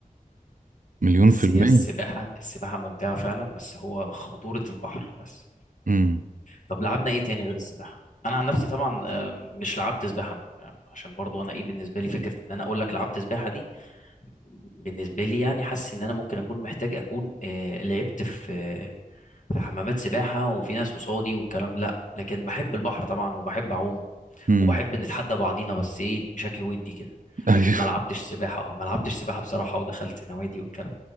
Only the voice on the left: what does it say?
بس
هي السباحة السباحة ممتعة فعلا بس هو خطورة البحر بس
طب لعبنا ايه تاني غير السباحة انا عن نفسي طبعا آه، مش لعبت سباحة م- آه، عشان برضو انا ايه بالنسبة لي فكرة ان انا اقول لك لعبت سباحة دي بالنسبة لي يعني حاسس ان انا ممكن اكون محتاج اكون آه، لعبت في آه، في حمامات سباحة وفي ناس قصادي والكلام لا لكن بحب البحر طبعا وبحب اعوم
وبحب نتحدى بعضينا بس ايه بشكل ودي كده
لكن ما لعبتش سباحة اه ما لعبتش سباحة بصراحة ودخلت نوادي والكلام